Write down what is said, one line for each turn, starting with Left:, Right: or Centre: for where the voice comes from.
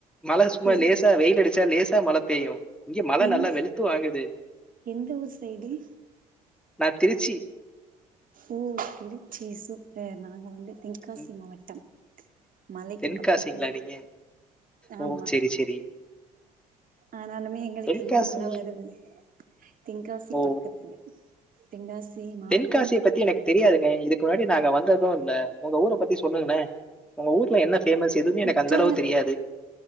Centre: மழ சும்மா
Right: எந்
Centre: லேசா வெயில் அடி ச் ச லேஸ் மழ பெய்யு இங்க மழ
Right: எந்த
Centre: நல்லா வெளுத்து வாங்குது
Right: எந்த ஊர் சைடு
Centre: நா திருச்சி
Right: ஓ திருச்சி சூப்பர் நாங்க வந்து தென்காசி
Centre: ம்,
Right: மாவட்டம் மலைக்கு
Centre: தென்காசிங்களா
Right: பக்கத்துலயே
Centre: நீங்க ஓ
Right: ஆமா
Centre: சரி சரி
Right: ஆனாலுமே எங்களுக்கு
Centre: தென்காசி
Right: இங்க மழ வருது தென்காசி
Centre: ஓ
Right: பக்கத்துல தென்காசி தி மாவட்ட
Centre: தென்காசிய பத்தி எனக்கு தெரியாதுங்க இதுக்கு முன்னாடி நா அங்க வந்ததும் இல்ல உங்க ஊர பத்தி சொல்லுங்களே உங்க ஊர்ல என்ன பேமஸ் எதுவுமே
Right: குற்றாலம்
Centre: எனக்கு அந்த அளவுக்கு தெரியாது